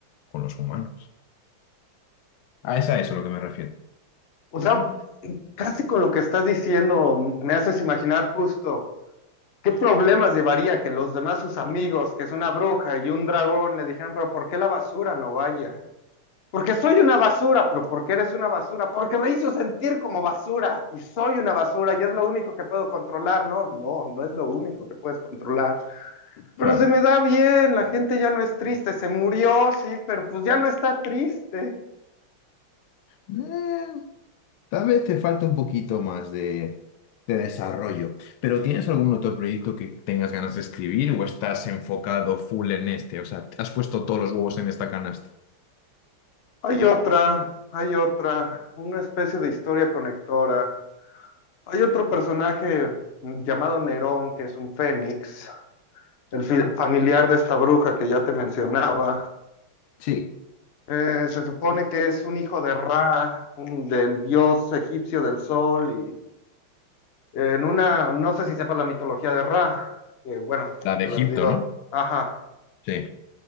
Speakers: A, on the left; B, on the left.
A: con los humanos. Ah, es a eso a lo que me refiero.
B: O sea, casi con lo que estás diciendo, me haces imaginar justo qué problemas llevaría que los demás, sus amigos, que es una bruja y un dragón, le dijeran, pero ¿por qué la basura no vaya? Porque soy una basura, pero ¿por qué eres una basura, porque me hizo sentir como basura y soy una basura y es lo único que puedo controlar, ¿no? No, no es lo único que puedes controlar. Pero
A: Claro.
B: se me da bien, la gente ya no es triste, se murió, sí, pero pues ya no está triste.
A: Eh, tal vez te falta un poquito más de, de desarrollo, pero ¿tienes algún otro proyecto que tengas ganas de escribir o estás enfocado full en este? O sea, ¿has puesto todos los huevos en esta canasta?
B: Hay otra, hay otra, una especie de historia conectora. Hay otro personaje llamado Nerón, que es un fénix, el familiar de esta bruja que ya te mencionaba.
A: Sí,
B: Eh, se supone que es un hijo de Ra, un- del dios egipcio del sol, y eh, en una, no sé si sepa la mitología de Ra, que bueno,
A: La de
B: te
A: Egipto,
B: las digo.
A: ¿no?
B: Ajá,
A: Sí.